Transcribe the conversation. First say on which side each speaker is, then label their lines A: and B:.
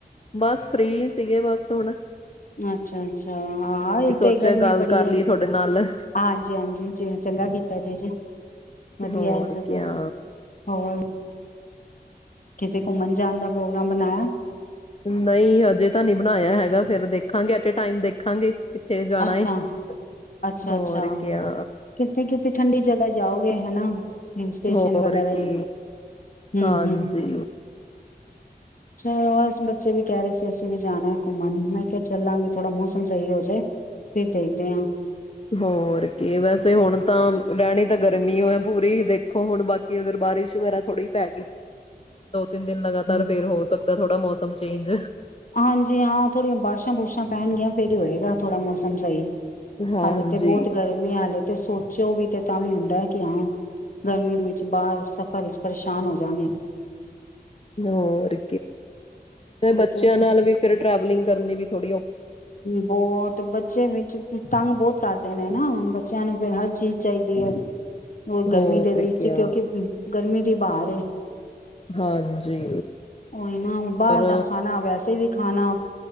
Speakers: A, on the left; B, on the left.
A: ਬਸ ਫ੍ਰਰੀ ਸੀਗੇ ਬਸ ਹੁਣ
B: ਅੱਛਾ ਅੱਛਾ ਹਾਂ ਇਥ
A: ਸੋਚਿਆ
B: ਗਰਮੀ
A: ਗੱਲ
B: ਬੜੀ
A: ਕਰ
B: ਹੈ
A: ਲਈਏ ਤੁਹਾਡੇ ਨਾਲ
B: ਹਾਂਜੀ ਹਾਂਜੀ ਜੇ ਚੰਗਾ ਕੀਤਾ ਜੇ ਜੀ ਵਧੀਆ
A: ਹੋਰ
B: ਹੈ ਸਗੋਂ
A: ਕਿਆ
B: ਹੋਰ ਕਿਤੇ ਘੁੰਮਣ ਜਾਣ ਦਾ ਪ੍ਰੋਗਰਾਮ ਬਣਾਇਆ
A: ਨਹੀਂ ਹਜੇ ਤਾਂ ਨਹੀਂ ਬਣਾਇਆ ਹੈਗਾ ਫੇਰ ਦੇਖਾਂਗੇ ਐਟ ਟਾਈਮ ਦੇਖਾਂਗੇ ਕਿੱਥੇ ਜਾਣਾ
B: ਅੱਛਾ
A: ਏ
B: ਅੱਛਾ
A: ਹੋਰ
B: ਅੱਛਾ
A: ਕਿਆ
B: ਕਿੱਥੇ ਕਿੱਥੇ ਠੰਡੀ ਜਗ੍ਹਾ ਜਾਓਗੇ ਹਨਾ ਹਿਲ ਸਟੇਸ਼ਨ
A: ਹੋਰ
B: ਵਗੈਰਾ
A: ਕੀ
B: ਹਮ
A: ਹਾਂਜੀ
B: ਚਲੋ ਅਸ ਬੱਚੇ ਵੀ ਕਹਿ ਰਹੇ ਸੀ ਅਸੀਂ ਵੀ ਜਾਣਾ ਘੁੰਮਣ ਮੈਂ ਫੇਰ ਚੱਲਾਂਗੇ ਥੋੜ੍ਹਾ ਮੌਸਮ ਸਹੀ ਹੋ ਜਾਏ ਫਿਰ ਦੇਖਦੇ ਹਾਂ
A: ਹੋਰ ਕੀ ਵੈਸੇ ਹੁਣ ਤਾਂ ਰਹਿਣੀ ਤਾਂ ਗਰਮੀ ਹੋ ਹੈ ਪੂਰੀ ਦੇਖੋ ਹੁਣ ਬਾਕੀ ਅਗਰ ਬਾਰਿਸ਼ ਵਗੈਰਾ ਥੋੜ੍ਹੀ ਪੈ ਗਈ ਤਿੰਨ ਦਿਨ ਲਗਾਤਾਰ
B: ਹਾਂ
A: ਫੇਰ ਹੋ ਸਕਦਾ ੜਾ ਮੌਸਮ ਚੇਂਜ
B: ਹਾਂਜੀ ਹਾਂ ਥੋੜੀਆਂ ਬਾਰਿਸ਼ਾਂ ਬੁਰਸ਼ਾਂ ਪੈਣਗੀਆਂ ਫੇਰ ਹੀ ਹੋਏਗਾ ਥੋੜਾ ਮੌਸਮ ਸਹੀ
A: ਹਾਂਜੀ,
B: ਹਾਲੇ ਤੇ ਬਹੁਤ ਗਰਮੀ ਆ ਹਾਲੇ ਤੇ ਸੋਚੋ ਵੀ ਤੇ ਤਾਂ ਵੀ ਹੁੰਦਾ ਹੈ ਕਿ ਹਾਂ ਗਰਮੀ ਵਿੱਚ ਬਾਹਰ ਸਫ਼ਰ ਵਿੱਚ ਪਰੇਸ਼ਾਨ ਹੋ ਜਾਗੇ
A: ਹੋਰ ਮੈਂ ਬੱਚਿਆਂ
B: ਤੇ
A: ਨਾਲ ਵੀ ਫਿਰ ਟਰੈਵਲਿੰਗ ਕਰਨੀ ਵੀ ਥੋੜੀ
B: ਬਹੁਤ ਬੱਚੇ ਵਿੱਚ ਤੰਗ ਬਹੁਤ ਕਰਦੇ ਨੇ ਨਾ ਬੱਚਿਆਂ ਨੂੰ ਫੇਰ ਹਰ ਚੀਜ਼ ਚਾਹੀਦੀ ਹੈ ਉਹ ਗਰਮੀ
A: ਹੋਰ
B: ਦੇ ਵਿੱਚ
A: ਕਿਆ,
B: ਕਿਉਂਕਿ ਗਰਮੀ ਕੀ ਬਾਹਰ
A: ਹਾਂਜੀ
B: ਉਹੀ ਨਾ ਬਾਹਰ
A: ਪਰ
B: ਦਾ ਖਾਣਾ ਵੈਸੇ ਵੀ ਖਾਣਾ